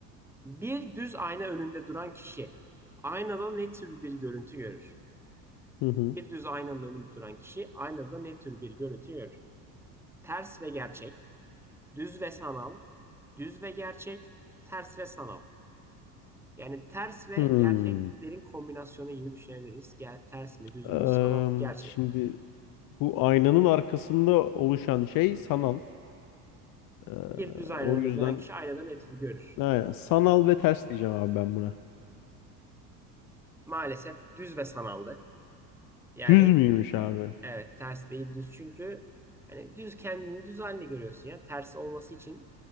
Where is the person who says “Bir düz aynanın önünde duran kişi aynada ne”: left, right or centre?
Centre